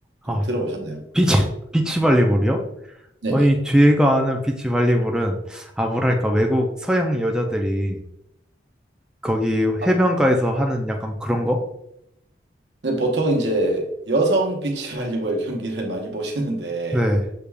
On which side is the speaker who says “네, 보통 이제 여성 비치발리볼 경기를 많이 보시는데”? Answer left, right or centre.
Right